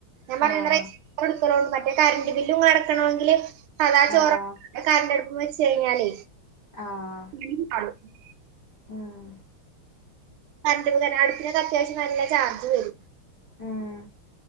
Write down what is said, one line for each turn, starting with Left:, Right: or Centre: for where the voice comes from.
Right: ഞാൻ <unintelligible>
Left: ആഹ്
Right: കറന്റ് ബില്ലുംങ്ങടക്കണോങ്കില് സദാ ചോറ
Left: ആഹ്
Right: കറണ്ടെടുപ്പും വെ ച്ച് കഴിഞ്ഞാലേ
Left: ആഹ്
Right: ഉം <unintelligible>
Left: ഉം
Right: കറണ്ട <unintelligible> അടുപ്പിനൊക്കെ അത്യാവശ്യം നല്ല ചാർജ് വരും
Left: ഉം